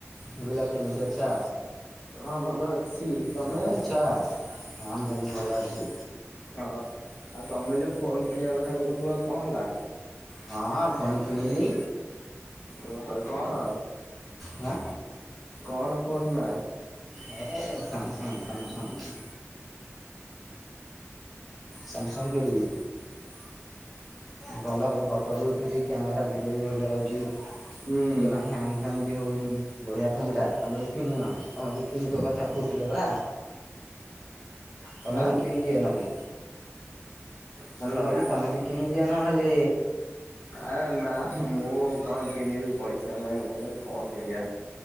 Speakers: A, in the centre; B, on the left.
A: ମୁ କହିଲି ଆଉ କେମିତି ଅଛ?
B: ହଁ ଭଲ ଅଛି। ତମେ?
A: ଭଲ ଅଛ ହଁ ମୁଁ ବି ଭଲ ଅଛି
B: ଓହୋ। ଆଉ ତମେ ଯୋଉ ଫୋନ୍ କିଣିବା କଥା କହୁଥିଲ କଣ ହେଲା?
A: ହଁ ଫୋନ୍ କିଣିିଲି।
B: ଓହୋ। କଣ,
A: ହଁ
B: କଣ ଫୋନ୍ ନା?
A: ଏ ସାମସଙ୍ଗ ସାମସଙ୍ଗ।
B: <inaudible>
A: ସାମସଙ୍ଗ କିଣିଲି ଭଲ ବି ଫଟୋ ବି ଉଠୁଛି। କ୍ୟାମେରା ଭିଡ଼ିଓ ବି ଭଲ ଆଉଛି
B: ହୁଁ
A: ଜମା ହ୍ୟାଙ୍ଗ୍ ଫାଙ୍ଗ ବି ହୋଉନି ବଢିଆ ଫୋନ୍ ଟା ତମେ ବି କିଣିବ, ତମେ ବି କିଣିବ କଥା କହୁଥିଲ ବା? ତମେ
B: ଆଁ
A: ବି କିଣିଦିଅ ନହଲେ।
B: ହ୍ୟାଲୋ।
A: ମୁଁ କହିଲି ତମେ ବି କିଣି ନହେଲେ
B: ଆରେ ନା ମୁଁ କଣ କିଣିବି, ପଇସା ନାହିଁ ମୁଁ ଭାଇ କଣ କିଣିବା।